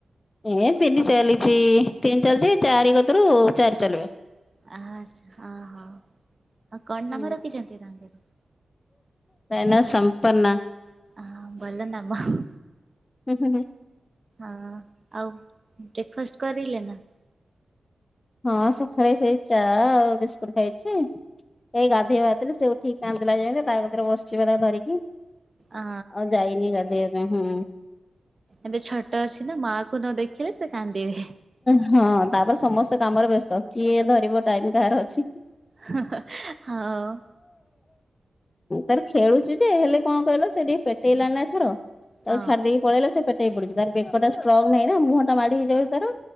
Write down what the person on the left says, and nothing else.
ଏ ତିନି ଚାଲିଚି ତିନି ଚାଲିଚି ଚାରି କତିରୁ ଚାରି ଚାଲିବ।
ହୁଁ।
ତା ନା ସଂପନ୍ନା।
ହୁଁ ହୁଁ ହୁଁ।
ହଁ ସକାଳେ ସେ ଚା ଆଉ ବିସ୍କୁଟ ଖାଇଚି ଏଇ ଗାଧେଇବା ସେ ଉଠିକି କାନ୍ଦିଲା ଯେମିତି ତା କତିରେ ବସିଛି ପା ତାକୁ ଧରିକି।
ଆଉ ଯାଇନି ଗାଧେଇବା ପାଇଁ ହୁଁ
ହଁ ତାପରେ ସମସ୍ତେ କାମରେ ବ୍ୟସ୍ତ କିଏ ଧରିବ ଟାଇମ କାହାର ଅଛି।
ତାର ଖେଳୁଚି ଯେ ହେଲେ କଣ କହିଲ ସେ ଟିକେ ପେଟେଇଲାନି ନା ଏଥର ତାକୁ
ଛାଡି ଦେଇକି ପଳେଇଲେ ସେ ପେଟଇ ପଡୁଚି ତାର ବେକଟା ଷ୍ଟ୍ରଙ୍ଗ ନାହିଁ ନା ମୁହଁଟା ମାଡ ହେଇଯାଉଚି ତାର।